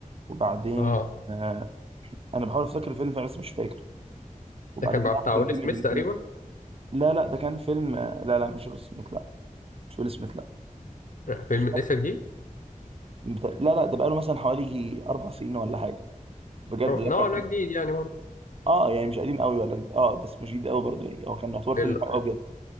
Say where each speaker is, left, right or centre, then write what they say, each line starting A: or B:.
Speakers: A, on the right; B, on the left.
A: وبعدين
B: اه
A: آه، انا بحاول افتكر الفيلم فعلا بس مش فاكر وبعدين
B: ده كان
A: بقى
B: بتاع
A: كان
B: ويل
A: في
B: سميث
A: مدينتين
B: تقريبا
A: لا لا ده كان فيلم آه، لا لا مش ويل سميث لا مش ويل سميث لا
B: فيلم
A: مش
B: لسه
A: فاكر
B: جديد
A: بتا- لا لا ده بقاله مثلا حوالي يجي اربع سنين ولا حاجه بجد
B: هو-
A: ده
B: نوعا
A: كان
B: ما جديد يعني برضه
A: اه يعني مش قديم قوي ولا جد- اه بس مش جديد قوي برضه يعني هو كان يعتبر فيلم
B: ال-
A: حلو قوي بجد